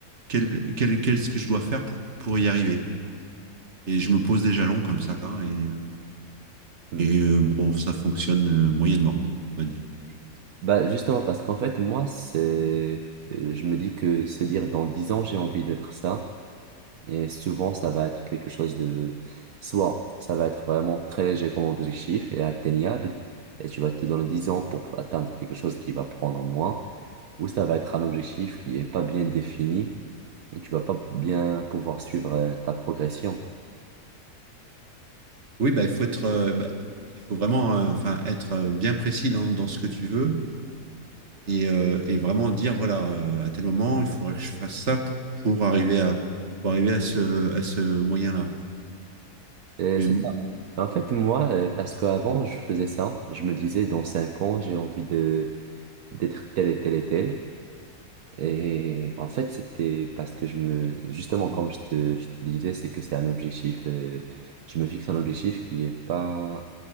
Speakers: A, on the right; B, on the right.
A: quel, quel- qu'est-ce que je dois faire pour, pour y arriver? Et je me pose des jalons comme ça, hein, et, euh,
B: Mm.
A: et euh, bon, ça fonctionne euh, moyennement, on va dire. Je vais être-
B: Bah, justement, parce qu'en fait, moi, c'est, euh, je me dis que se dire dans 10 ans, j'ai envie d'être ça. Et souvent, ça va être quelque chose de, soit ça va être vraiment très léger comme objectif et atteignable. Et tu vas te donner 10 ans pour atteindre quelque chose qui va prendre moins. Ou ça va être un objectif qui est pas bien défini. Et Tu vas pas bien pouvoir suivre euh, ta progression.
A: Oui, bah, il faut être, euh, bah, il faut vraiment, euh, enfin, être euh, bien précis dans, dans ce que tu veux et, euh, et vraiment dire, voilà, euh, à tel moment, il faudrait que je fasse ça pour, pour arriver à, pour arriver à ce, à ce moyen-là.
B: Euh,
A: Mais
B: c'est
A: m-
B: ça. En fait, moi, euh, parce qu'avant, je faisais ça, je me disais, dans cinq ans, j'ai envie de d'être tel et tel et tel. Et en fait, c'était parce que je me... Justement, comme je te, je te disais, c'est que c'est un objectif. euh, je me fixe un objectif qui est pas